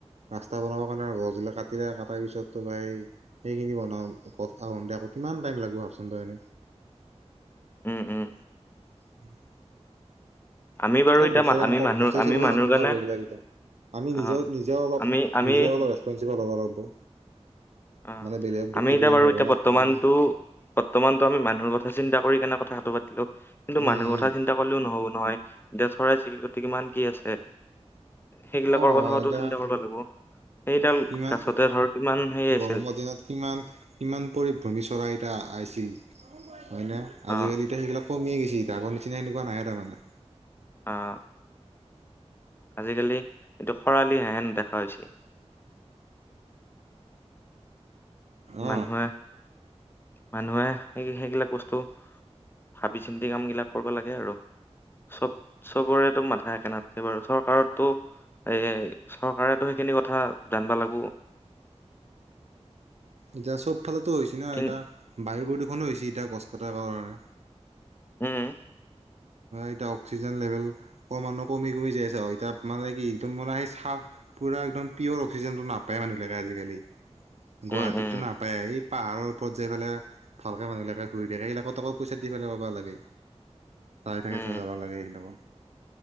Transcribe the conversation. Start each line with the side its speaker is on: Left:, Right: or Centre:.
Right: ৰাস্তা বনাবৰ কাৰণে গছগিলা কাটিলে কাটাৰ পিছততো ভাই সেইখিনি বনাওঁ <unintelligible> আকৌ কিমান টাইম লাগিব ভাবচোন তই এনে।
Left: উম, উম।
Right: <unintelligible>
Left: আমি বাৰু এতিয়া
Right: বছেৰে কাম
Left: আমি
Right: কৰ
Left: মানুহ
Right: বছেৰে
Left: আমি
Right: চলিব
Left: মানুহৰ
Right: লাগিব
Left: কাৰণে
Right: আৰু এইগিলাকেইটা। আমি
Left: অ
Right: নিজে নিজে অলপ
Left: আমি আমি
Right: নিজ অলপ ৰেচপনচিবল হ'ব লাগিব।
Left: অ'
Right: মানে বেলেগক দুখ
Left: আমি
Right: দি থাকিলে
Left: এতিয়া বাৰু
Right: নহ'ব
Left: এতিয়া
Right: না
Left: বৰ্তমানতটো
Right: আমি
Left: বৰ্তমানতো আমি মানুহৰ কথা চিন্তা কৰি কেনে কথাটো পাতিলো কিন্তু
Right: উম
Left: মানুহৰ
Right: উম
Left: কথা চি তা কলেও নহ'ব নহয় <unintelligible> চৰাই চিৰিকতি কিমান কি আছে। সেইবিলাকৰ
Right: অ
Left: কথাওঁটো
Right: এতিয়া
Left: চিন্তা কৰিব লাগিব, সেইডাল
Right: কিমান
Left: গাছতে ধৰ কিমান হে আছে।
Right: গৰমৰ দিনত কিমান কিমান পৰিভ্ৰমি চৰাই এটা আছিল। হয় না,
Left: অ
Right: আজিকালিতো সেইগিলাক কমিয়ে গৈছে, আগৰ নিচিনা এনেকুৱা নাইে তাৰমানে।
Left: অ'। আজিকালি এইটো খৰালিহেহেন দেখা হৈছে।
Right: অ
Left: মানুহে মানুহে সেই-সেইবিলাক বস্তু ভাবি চিন্তি কামবিলাক কৰিব লাগে আৰু। চব চবৰেতো মাথা একে নাথকে বাৰু, চৰকাৰৰতো এ, চৰকাৰেতো সেইখিনি কথা জানবা লাগব।
Right: এতিয়া চবফালেতো হৈছে না
Left: কিন
Right: এতিয়া বায়ু প্ৰদূষণো হৈছে এতিয়া গছ কাটাৰ কাৰণে।
Left: উম।
Right: এতিয়া অক্সিজেন লেভেল কমানো কমি কমি যাই আছে আৰু এতিয়া মানে কি একদম মানে সেই চাফ পুৰা একদম পিয়ৰ অক্সিজেনটো নাপায় মানুহবিলাকে আজিকালি। গুৱাহাটীত
Left: উম উম
Right: টো নাপায়ে, এই পাহাৰৰ ওপৰত যাই ফালে ভালকে মানুহবিলাকে ঘূৰি থাকে এইবিলাকক টকা পইচা দি পেলাইহে পাব লাগে। হয়, তাকেইতো
Left: উম
Right: যাবা লাগে এইবিলাকত।